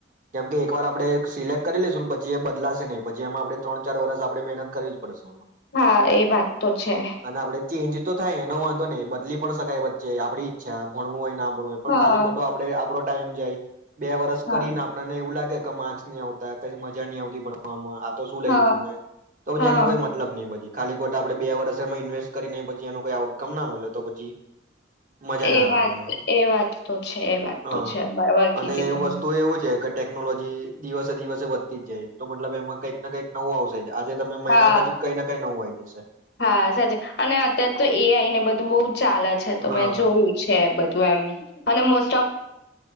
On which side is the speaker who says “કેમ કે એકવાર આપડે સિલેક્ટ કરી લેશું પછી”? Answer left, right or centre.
Right